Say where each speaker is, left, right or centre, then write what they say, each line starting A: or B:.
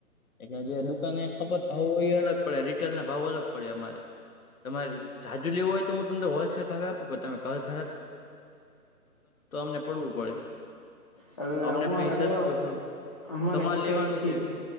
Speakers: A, on the left; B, on the left.
A: એટલે જે દુકાન એ ખપત ભાવ હોય એ અલગ પડે રિટેલ ના ભાવો અલગ પડે અમારે તમારે <unintelligible> લેવું હોય તો હું તમને હોલસેલ ભાવે આપવું પન તમે <unintelligible> અમને પડવું પડે
B: એટલે
A: અમને
B: અમારે
A: પૈ સસ્તું
B: લેવા અમારે
A: તમારે
B: હિતેર
A: લેવાનું
B: એસી
A: છે